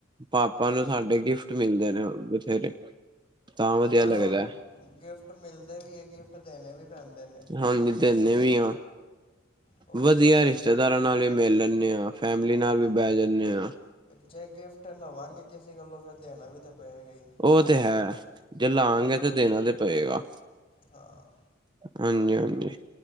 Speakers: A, on the right (about 25°); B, on the left (about 30°).
A: ਪਾਪਾ ਨੂੰ ਸਾਡੇ ਗਿਫਟ ਮਿਲਦੇ ਨੇ ਬਥੇਰੇ ਤਾਂ ਵਧੀਆ
B: ਆ
A: ਲੱਗਦਾ
B: ਗਿਫਟ ਮਿਲਦੇ ਵੀ ਏ, ਗਿਫਟ ਦੇਣੇ ਵੀ ਪੈਂਦੇ ਨੇ।
A: ਹਾਂਜੀ, ਦੇਂਨੇ ਵੀ ਆਂ।
B: ਉਹ
A: ਵਧੀਆ
B: ਤੇ ਹੈ ਅੱਜ
A: ਰਿਸ਼ਤੇਦਾਰਾਂ ਨਾਲ ਵੀ ਮਿਲ ਲੈਂਨੈ ਹਾਂ, ਫੈਮਿਲੀ ਨਾਲ
B: ਹਾਂ
A: ਵੀ ਬਹਿ ਜਾਂਨੇੇ ਆਂ।
B: ਜੇ ਗਿਫਟ ਲਵਾਂਗੇ ਕਿਸੇ ਕੋਲੋ, ਫਿਰ ਦੇਣਾ ਵੀ ਤਾਂ ਪਏਗਾ ਈ।
A: ਉਹ ਤੇ ਹੈ। ਜੇ ਲਾਂਗੇ ਤੇ ਦੇਣਾ ਤੇ ਪਇਗਾ।
B: ਹਾ‌।
A: ਹਾਂਜੀ-ਹਾਂਜੀ।